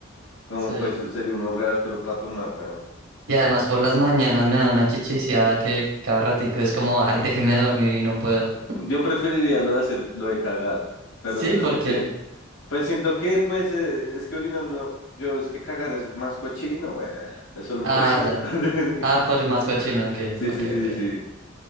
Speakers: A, on the left; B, on the right.
A: Como
B: Sí.
A: pues sería unos reas, pero para tomar, weón.
B: Y además por las mañanas me da una chichiciada que cada ratico es como, ay, déjeme dormir y no puedo.
A: Yo preferiría lo de hacer, lo de cagar. Pero
B: Sí,
A: tú,
B: porque.
A: sí. Pues siento que, pues, eh, es que orinar no... Yo, es que cagar es más cochino, güey. Es solo
B: Ah,
A: por eso.
B: ya.
A: <laughs>
B: Ah, por el más cochino, ok,
A: Sí,
B: ok,
A: sí, sí,
B: ok.
A: sí.